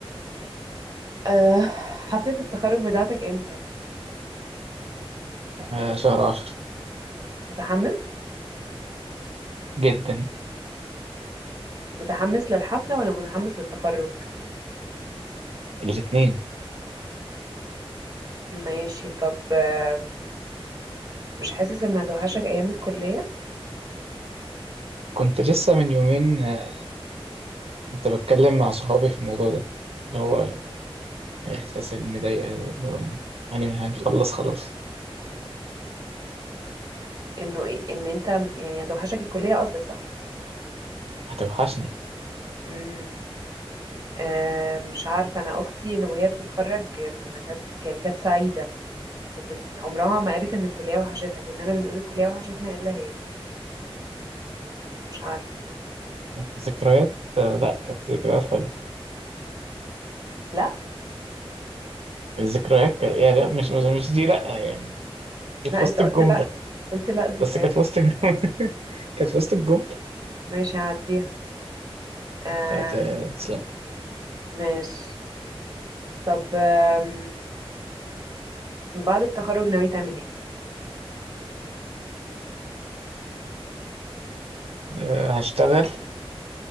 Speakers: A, on the right (about 35°); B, on the right (about 80°).
A: أه حفلة التخرج بتاعتك امتى؟
B: آه، شهر عشر
A: متحمس؟
B: جدا
A: متحمس للحفلة ولا متحمس للتخرج؟
B: الاتنين
A: ماشي طب آم، مش حاسس ان هتوحشك ايام الكلية؟
B: كنت لسه من يومين آه، كنت بتكلم مع صحابي في الموضوع ده اللي هو إحساس المضايقة ده، اللي هو يعني هنخلص خلاص
A: انه إيه- ان انت يعني هتوحشك الكلية قصدك صح؟
B: هتوحشني
A: امم أه مش عارفة انا اختي اللي وهي بتتخرج ما كانت يعني كانت سعيدة وبت... عمرها ما قالت ان الكلية وحشتها كلنا بنقول الكلية وحشتنا الا هي مش عارفة
B: الذكريات آه، لأ كانت ذكريات حلوة
A: لا
B: الذكريات كانت يعني لأ مش مش مش دي لأ يعني دي في
A: لا
B: وسط
A: انت قلت
B: الجملة
A: لا قلت لا ذكريات
B: بس كانت في وسط الجملة <laughs> كانت في وسط الجملة
A: ماشي هعديها آه
B: بتاعت آه، اسلام
A: ماشي طب آم، بعد التخرج ناوي تعمل ايه
B: آه، هشتغل